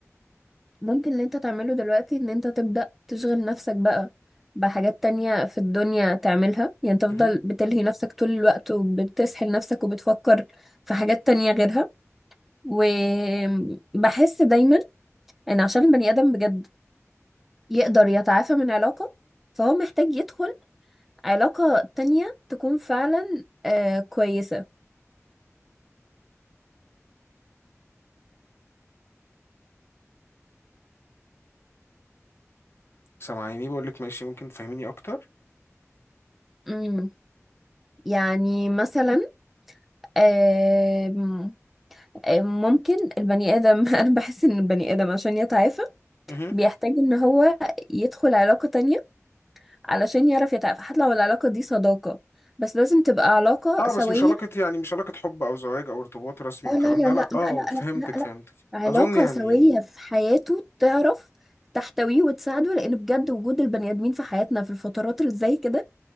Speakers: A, in the centre; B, on the left.
A: ممكن اللي انت تعمله دلوقتي ان انت تبدأ تشغل نفسك بقى بحاجات تانية في الدنيا تعملها يعني تفضل
B: اها
A: بتلهي نفسك طول الوقت وبتسحل نفسك وبتفكر في حاجات تانية غيرها وبحس دايما ان عشان البني آدم بجد يقدر يتعافى من علاقة فهو محتاج يدخل علاقة تانية تكون فعلا آه كويسة
B: سامعيني بقول لك ماشي ممكن تفهميني اكتر
A: امم يعني مثلا آه ممكن البني آدم <laughs> أنا بحس إن البني آدم عشان يتعافى
B: اها
A: بيحتاج ان هو يدخل علاقة تانية علشان يعرف يتعافى حتى لو العلاقة دي صداقة بس لازم تبقى علاقة
B: اه
A: سوية
B: بس مش علاقه يعني مش علاقه حب او زواج او ارتباط رسمي
A: اه
B: والكلام
A: لا لا
B: ده
A: لا
B: لا
A: لا
B: اه
A: لا
B: فهمتك
A: لا لا
B: فهمتك
A: لا علاقة
B: اظن يعني
A: سوية في حياته تعرف تحتويه وتساعده لان بجد وجود البني ادمين في حياتنا في الفترات اللي زي كده